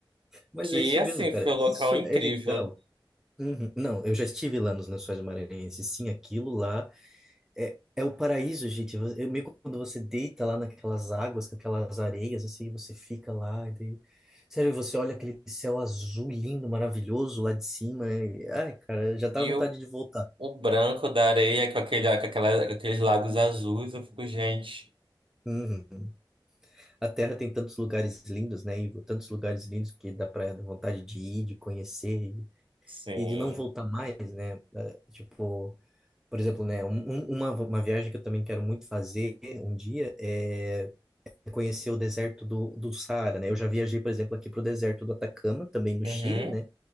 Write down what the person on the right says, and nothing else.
Que
assim,
foi um local
incrível.
E
o,
o branco da areia com, aquele, com, aquela- com aqueles lagos azuis, eu fico, gente.
Sim.
Uhum.